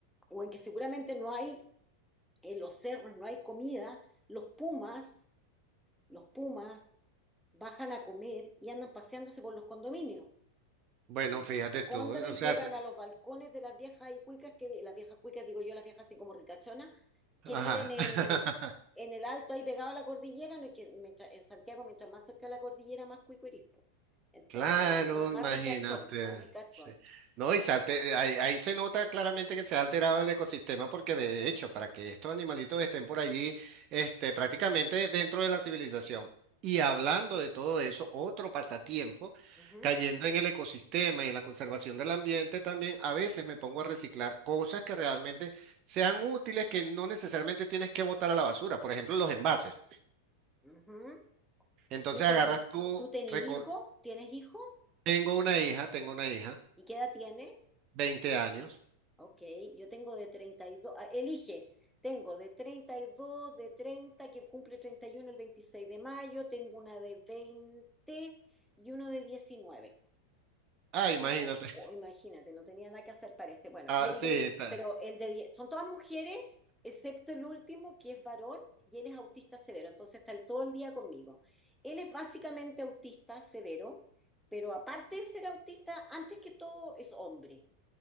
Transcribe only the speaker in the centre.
o en que seguramente no hay en los cerros no hay comida, los pumas, los pumas bajan a comer y andan paseándose por los condominios.
Los
cóndores
llegan
a los balcones de las viejas y cuicas, que, las viejas cuicas, digo yo, las viejas así como ricachonas, que
viven en,
en el alto ahí pegado a la cordillera, no es que mientras- en Santiago, mientras más cerca de la cordillera, más cuico eres, po. Entonces,
más, más, más
ricachón, más ricachón.
Ujú,
ujú.
¿Tú tenés,
tú tenés
hijo? ¿Tienes hijo?
¿Y qué edad tiene?
Ok, yo tengo de 32, ah, elige, tengo de 32, de 30 que cumple 31 el 26 de mayo, tengo una de 20 y uno de 19.
Tengo, oh, imagínate, no tenía nada que hacer, parece. Bueno,
y el
de, di-
pero el de 10, son todas mujeres, excepto el último, que es varón, y él es autista severo, entonces está el- todo el día conmigo. Él es básicamente autista severo, pero aparte de ser autista, antes que todo es hombre.